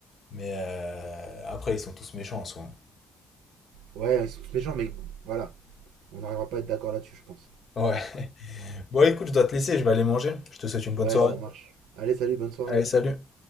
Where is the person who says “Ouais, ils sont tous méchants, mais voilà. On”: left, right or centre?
Right